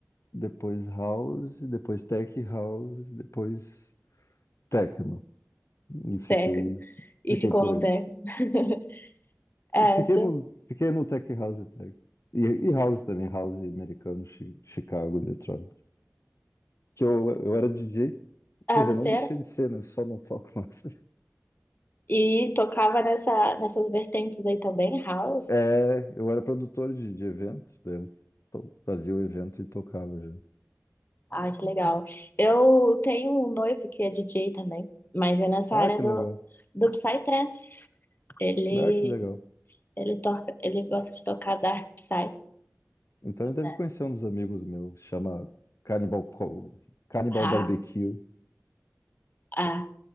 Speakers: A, on the left; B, on the left.
A: depois House, depois Tech House, depois Techno. E fiquei,
B: técnico. E
A: fiquei
B: ficou
A: por
B: no
A: aí.
B: técnico. <laughs> Essa.
A: Fiquei no, fiquei no Tech House e Tech. E, e House também, House americano, Chi- Chicago, Detroit. Que eu, eu era DJ,
B: Ah,
A: quer dizer,
B: você
A: não deixei
B: era?
A: de ser, né? Só não toco mais.
B: E tocava nessa, nessas vertentes aí também, house.
A: É, eu era produtor de, de eventos, daí eu to- fazia o evento e tocava já.
B: Ah, que legal. Eu tenho um noivo que é DJ também, mas é nessa
A: Ah,
B: área
A: que
B: do,
A: legal.
B: do Psytrance. Ele
A: Ah, que legal.
B: Ele toca, ele gosta de tocar Dark Side,
A: Então ele deve
B: né?
A: conhecer um dos amigos meus, chama Cannibal, Co- Cannibal
B: Ha,
A: Barbecue,
B: ah.